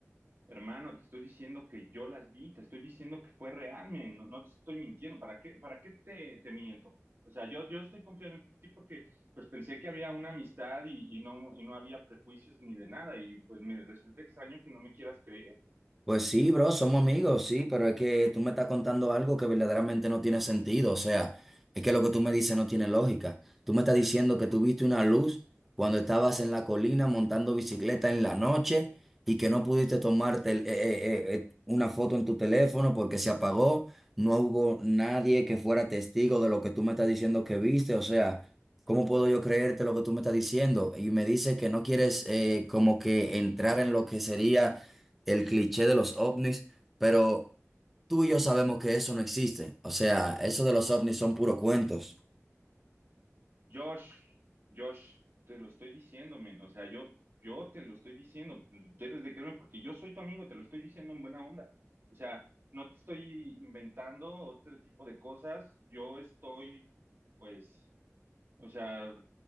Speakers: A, on the right; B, in the centre.
A: Hermano, te estoy diciendo que yo las vi, te estoy diciendo que fue real, men, no, no te estoy mintiendo. ¿Para qué, para qué te, te miento? O sea, yo, yo estoy confiando en ti porque pues pensé que había una amistad y, y no, y no había prejuicios ni de nada y pues me resulta extraño que no me quieras creer.
B: Pues sí, bro, somos amigos, sí, pero es que tú me estás contando algo que verdaderamente no tiene sentido. O sea, es que lo que tú me dices no tiene lógica. Tú me estás diciendo que tú viste una luz cuando estabas en la colina montando bicicleta en la noche y que no pudiste tomarte el- eh, eh, eh, eh, una foto en tu teléfono porque se apagó. No hubo nadie que fuera testigo de lo que tú me estás diciendo que viste. O sea, ¿cómo puedo yo creerte lo que tú me estás diciendo? Y me dices que no quieres eh, como que entrar en lo que sería el cliché de los ovnis, pero tú y yo sabemos que eso no existe. O sea, eso de los ovnis son puros cuentos.
A: Josh, Josh, te lo estoy diciendo, men. O sea, yo, yo te lo estoy diciendo. Debes de creerme porque yo soy tu amigo, te lo estoy diciendo en buena onda. O sea, no te estoy inventando otro tipo de cosas. Yo estoy, pues, o sea,